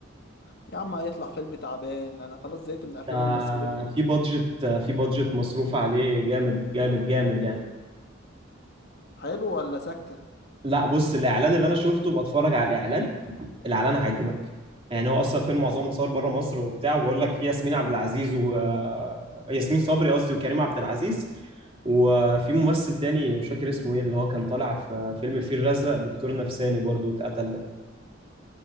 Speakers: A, on the left (about 55°); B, on the right (about 30°).
A: يا عم هيطلع فيلم تعبان انا خلاص زهقت من الافلام
B: ده
A: المصريه دي
B: في بادجت في بادجت مصروف عليه جامد جامد جامد يعني
A: حلو ولا سكه
B: لا بص الاعلان اللي انا شفته بتفرج على الاعلان الاعلان هيعجبك يعني هو اصلا فيلم معظمه اتصور بره مصر وبتاع وبقول لك في ياسمين عبد العزيز و آه، ياسمين صبري قصدي وكريم عبد العزيز وفي ممثل تاني مش فاكر اسمه ايه اللي هو كان طالع في فيلم الفيل الازرق دكتور نفساني برضو اتقتل ده